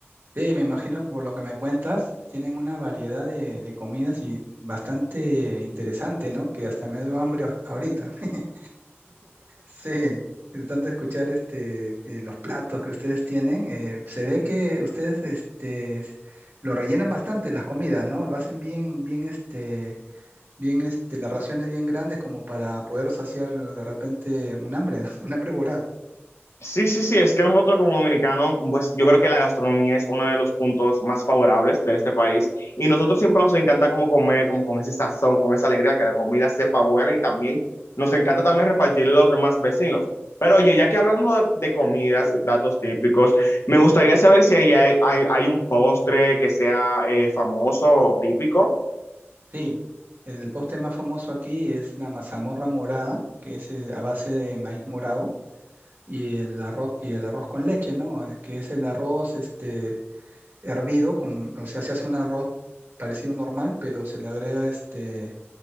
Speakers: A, on the right (about 50°); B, on the left (about 75°).
A: Sí, me imagino por lo que me cuentas, tienen una variedad de, de comidas y bastante interesante, ¿no? Que hasta me dio hambre a- ahorita. <laughs> Sí, es tanto escuchar este, eh, los platos que ustedes tienen. eh, se ve que ustedes este, s- lo rellenan bastante las comidas, ¿no? Lo hacen bien, bien, este, bien, este, las raciones bien grandes como para poder saciar de repente un hambre, ¿no? <laughs> Un hambre voraz.
B: Sí, sí, sí, es que nosotros como dominicanos, pues yo creo que la gastronomía es uno de los puntos más favorables de este país y nosotros siempre nos encanta como comer, como con ese sazón, con esa alegría, que la comida sepa buena y también nos encanta también repartirle a los demás vecinos. Pero oye, ya que hablando de, de comidas y platos típicos, me gustaría saber si ahí hay, hay, hay un postre que sea eh, famoso o típico.
A: Sí, el postre más famoso aquí es la mazamorra morada, que es eh, a base de maíz morado, y el arroz, y el arroz con leche, ¿no? Eh, Que es el arroz este, hervido, con, o sea, se hace un arroz parecido normal, pero se le agrega este,